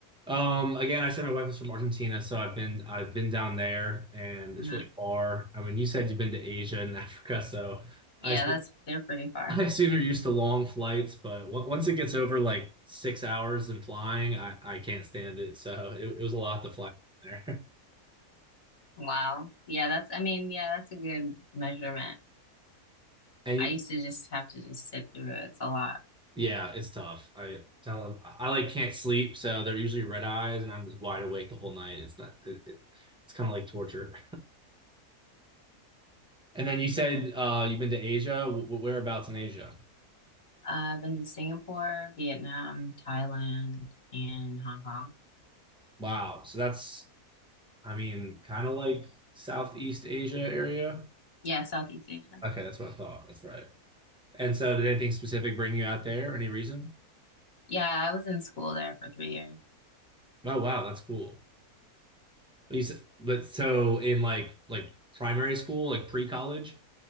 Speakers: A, in the centre; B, on the left (about 35°).
A: Um, again, I said my wife is from Argentina, so I've been I've been down there, and
B: hmm
A: it's really far. I mean, you said you've been to Asia and <laughs> Africa, so
B: Yeah,
A: I assume,
B: that's, they're pretty far.
A: I assume you're used to long flights. But on- once it gets over like six hours in flying, I I can't stand it. So it, it was a lot to fly down there,
B: Wow. Yeah, that's, I mean, yeah, that's a good measurement.
A: <laughs> and you,
B: I used to just have to just sit through it. It's a lot.
A: yeah, it's tough. I tell them I, I like can't sleep, so they're usually red eyes, and I'm just wide awake the whole night. It's not it, it, it's kind of like torture. And then you said uh, you've been to Asia. Wh- Whereabouts in Asia?
B: Uh, I've been to Singapore, Vietnam, Thailand, and Hong Kong.
A: Wow. So that's, I mean, kind of like Southeast Asia area.
B: Yeah, Southeast Asia.
A: Okay, that's what I thought. That's right. And so, did anything specific bring you out there? Any reason?
B: Yeah, I was in school there for three years.
A: Oh, wow, that's cool. But, you, s- but so in like like primary school, like pre-college.